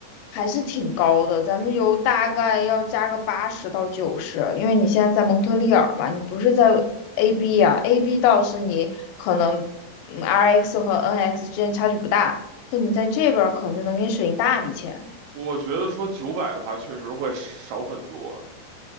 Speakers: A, on the left; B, on the right.
A: 还是挺高的，咱们油大概要加个八十到九十，因为你现在在蒙特利尔嘛，你不是在 AB 啊，AB 倒是你可能嗯 RX 和 NX 之间差距不大，但你在这边儿可能就能给你省一大笔钱。
B: 我觉得说九百的话，确实会少很多，